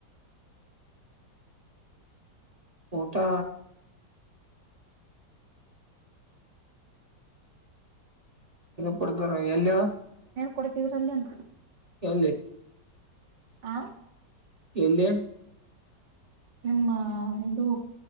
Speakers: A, on the right; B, on the right.
A: ಟಾ. ಕೊಡ್ತಾರ ಎಲ್ಲಿಯವ.
B: ಕೊಡತಿದ್ರ ಅಲ್ಲಿ ಅಂತ.
A: ಹೆ.
B: ಹ.
A: ಎಲ್ಲಿ.
B: ನಿಮ್ಮ ಇದು